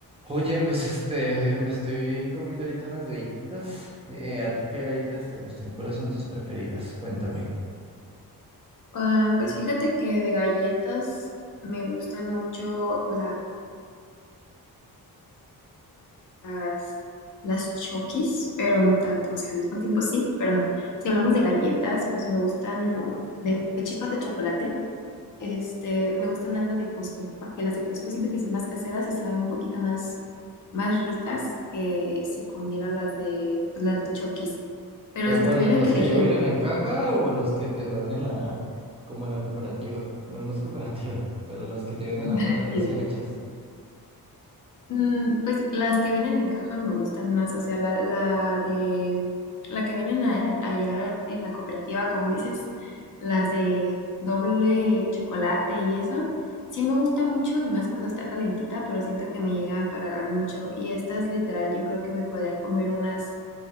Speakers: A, on the right; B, on the left.
A: Oye, pues este, me estoy comiendo ahorita unas galletitas. Eh, ¿a ti qué galletas te gustan? ¿Cuáles son tus preferidas? Cuéntame.
B: Ah, pues fíjate que de galletas me gustan mucho la- las, las Chokis, pero no tanto, o sea, al mismo tiempo sí, pero no. Si hablamos de galletas, pues me gustan de, de chispas de chocolate, este, me gustan más las de Costco, porque las de Costco siento que son más caseras y saben un poquito más, más ricas que si comiera las de, pues, las de Chokis. Pero
A: ¿Pero
B: si
A: cuáles?
B: tuviera
A: ¿Las
B: que elegir,
A: que ya vienen en caja o las que te dan en la, como en la cooperativa? Bueno, no es cooperativa, <laughs> pero las que te venden
B: <laughs>
A: afuera, recién hechas.
B: Mm, pues las que vienen en caja me gustan más, o sea, la, la de la que vienen a- allá en la cooperativa, como dices, las de doble chocolate y eso, sí me gusta mucho y más cuando está calentita, pero siento que me llega a empalagar mucho y estas literal yo creo que me podría comer unas,